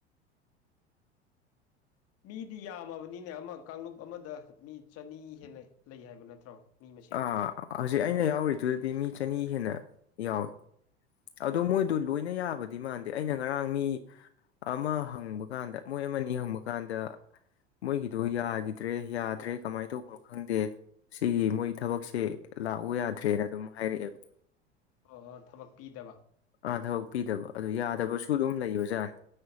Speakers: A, on the left; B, on the left.
A: ꯃꯤꯗꯤ ꯌꯥꯝꯃꯕꯅꯤꯅꯦ ꯑꯃ ꯀꯥꯡꯂꯨꯞ ꯑꯃꯗ ꯃꯤ ꯆꯅꯤ ꯍꯦꯟꯅ ꯂꯩ ꯍꯥꯏꯕ ꯅꯠꯇ꯭ꯔꯣ ꯃꯤ ꯃꯁꯤꯡ
B: ꯑꯥ ꯍꯧꯖꯤꯛ ꯑꯩꯅ ꯌꯥꯎꯔꯤꯗꯨꯗꯗꯤ ꯃꯤ ꯆꯅꯤ ꯍꯦꯟꯅ ꯌꯥꯎꯏ ꯑꯗꯣ ꯃꯣꯏꯗꯣ ꯂꯣꯏꯅ ꯌꯥꯕꯗꯤ ꯃꯥꯟꯗꯦ ꯑꯩꯅ ꯉꯔꯥꯡ ꯃꯤ ꯑꯃ ꯍꯪꯕ ꯀꯥꯟꯗ ꯃꯣꯏ ꯑꯃꯅꯤ ꯍꯪꯕ ꯀꯥꯟꯗ ꯃꯣꯏꯒꯤꯗꯨ ꯌꯥꯒꯤꯗ꯭ꯔꯦ ꯌꯥꯗ꯭ꯔꯦ ꯀꯃꯥꯏꯟ ꯇꯧꯕꯅꯣ ꯈꯪꯗꯦ ꯁꯤꯒꯤ ꯃꯣꯏ ꯊꯕꯛꯁꯦ ꯂꯥꯛꯎ ꯌꯥꯗ꯭ꯔꯦꯅ ꯑꯗꯨꯝ ꯍꯥꯏꯔꯛꯑꯦꯕ
A: ꯑꯣ ꯑꯣ ꯊꯕꯛ ꯄꯤꯗꯕ
B: ꯑꯥ ꯊꯕꯛ ꯄꯤꯗꯕ ꯑꯗꯨ ꯌꯥꯗꯕꯁꯨ ꯑꯗꯨꯝ ꯂꯩꯕꯖꯥꯅꯤ